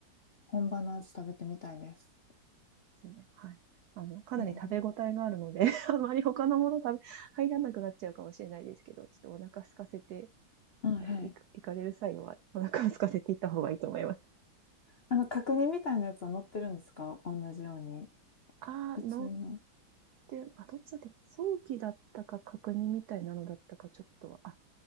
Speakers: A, on the left; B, on the right.
A: 本場の味食べてみたいです。
B: ですね。はい。あの、かなり食べ応えがあるので
A: えー、
B: <laughs> あまり他のもの食べ、入らなくなっちゃうかもしれないですけど、ちょっとお腹空かせて、
A: ははい。
B: はい、行く行かれる際はお腹を空かせて行った方がいいと思います。
A: あの角煮みたいなやつは乗ってるんですか同じように。
B: あー、
A: 普通の。
B: の、で、あ、どっちだったか早期だったか確認みたいなのだったかちょっとは、あ、